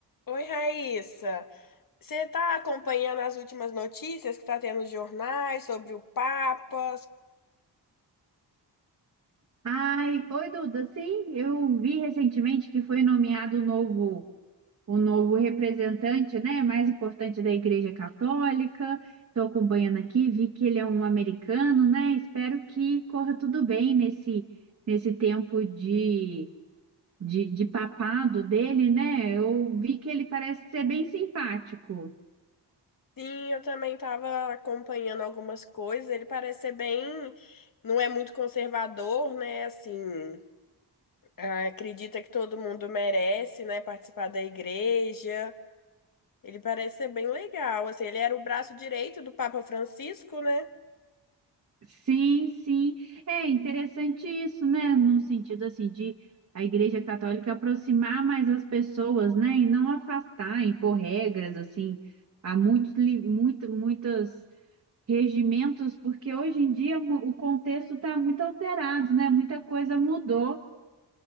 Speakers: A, on the left; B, on the right.
A: Oi, Raíssa. Você está acompanhando as últimas notícias que está tendo nos jornais sobre o Papa?
B: Ai, oi Duda, sim, eu vi recentemente que foi nomeado o novo, o novo representante, né, mais importante da Igreja Católica. Estou acompanhando aqui, vi que ele é um americano, né? Espero que corra tudo bem nesse, nesse tempo de, de, de papado dele, né? Eu vi que ele parece ser bem simpático.
A: Sim, eu também estava acompanhando algumas coisas. Ele parece ser bem, não é muito conservador, né? Assim, ah, acredita que todo mundo merece, né, participar da igreja. Ele parece ser bem legal. Assim, ele era o braço direito do Papa Francisco, né?
B: Sim, sim. É interessante isso, né? No sentido assim de a Igreja Católica aproximar mais as pessoas, né? E não afastar, impor regras assim. Há muitos, li- muito, muitos regimentos, porque hoje em dia mu- o contexto está muito alterado, né? Muita coisa mudou.